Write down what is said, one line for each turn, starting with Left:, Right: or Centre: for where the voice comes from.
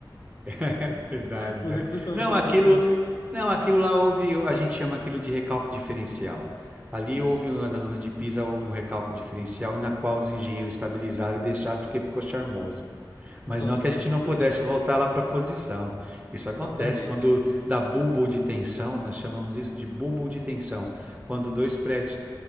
Right: <laughs> É verdade,
Left: Você
Right: né?
Left: com o estetoscópio,
Right: Não, aquilo,
Left: como se-
Right: não, aquilo lá houve, a gente chama aquilo de recalque diferencial. Ali houve, um- na Torre de Pisa, houve um recalque diferencial na qual os engenheiros estabilizaram e deixaram porque ficou charmoso. Mas
Left: claro,
Right: não que
Left: né?
Right: a gente
Left: Depois
Right: não pudesse
Left: que.
Right: voltar lá para a posição. Isso
Left: Exatamente.
Right: acontece quando dá bulbo de tensão, nós chamamos isso de bulbo de tensão. Quando dois prédios